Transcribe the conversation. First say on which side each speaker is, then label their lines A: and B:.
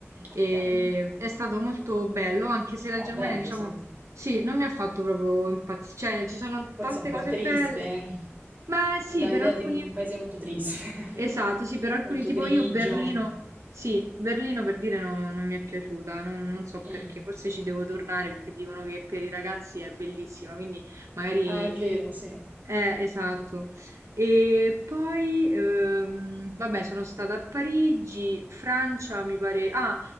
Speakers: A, on the right; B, on the right.
A: Okay.
B: E è stato molto bello, anche se la
A: Ah
B: Germania,
A: bello,
B: diciamo,
A: sì.
B: sì, non mi ha fatto proprio impazzire, cioè ci sono
A: Forse
B: tante
A: è un po'
B: cose
A: triste,
B: belle.
A: eh.
B: Beh, sì,
A: mi dà
B: per
A: l'idea
B: alcuni,
A: di un paese molto triste, <laughs>
B: esatto, sì, per alcuni,
A: molto
B: tipo
A: grigio.
B: io Berlino, sì, Berlino per dire no- non mi è piaciuta, non, non so
A: Mh.
B: perché, forse ci devo tornare perché dicono che per i ragazzi è bellissima, quindi magari
A: Ah, è vero, sì.
B: eh, esatto. E poi, ehm, vabbè, sono stata a Parigi, Francia, mi pare. Ah,